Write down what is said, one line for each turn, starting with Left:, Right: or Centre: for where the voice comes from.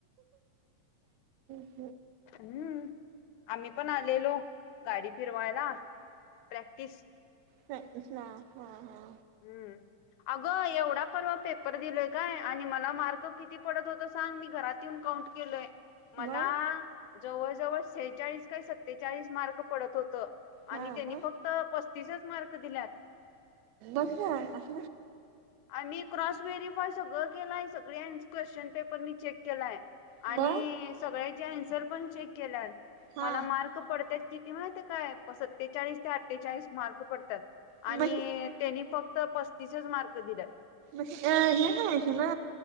Right: ह
Left: हम्म आम्ही पण आलेलो गाडी फिरवायला प्रॅक्टिस
Right: ह हा हा
Left: ह् अगं एवढा परवा पेपर दिलोय काय आणि मला मार्क किती पडत होत सांग मी घरात येऊन काउंट केलोय
Right: मग
Left: मला जवळ जवळ सेहेचाळीस काही सत्तेचाळीस मार्क पडत होत आणि
Right: हा मग
Left: त्यांनी फक्त तिसच मार्क दिल्यात
Right: अस अस
Left: आणि मी क्रॉस व्हेरीिफाय सगळं केलंय सगळे क्वेश्चन पेपर मी चेक केलाय
Right: मग
Left: आणि सगळ्याचे अन्सर पण चेक केल्या
Right: हा
Left: मला मार्क पडत किती माहित काय सत्तेचाळीस ते अठ्ठेचाळीस मार्क पडतात
Right: हे
Left: आणि त्यानी फक्त पस्तीसच मार्क दिल्यात
Right: अह हि खस ना